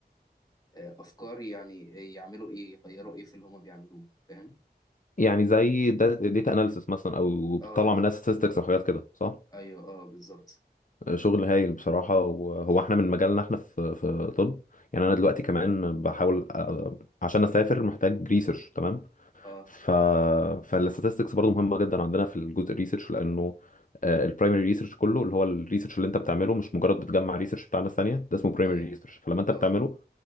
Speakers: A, on the left; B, on the left.
A: آه، افكار يعني يعملوا ايه يغيروا ايه في اللي هما بيعملوه فاهم
B: يعني زي داتا اناليسس مثلا او بتطلع
A: اه
B: منها statistics او حاجات كده صح
A: ايوه اه بالظبط
B: شغل هايل بصراحة وهو احنا من مجالنا احنا في في طب يعني انا دلوقتي كمان بحاول أ- عشان اسافر محتاج ريسيرش تمام
A: اه
B: ف فالستاتستكس برضه مهمه جدا عندنا في الجزء الريسيرش لانه البرايمري ريسيرش كله اللي هو الريسيرش اللي انت بتعمله مش مجرد بتجمع ريسيرش بتاع ناس ثانيه ده اسمه برايمري
A: ايوه
B: ريسيرش فلما انت
A: اه
B: بتعمله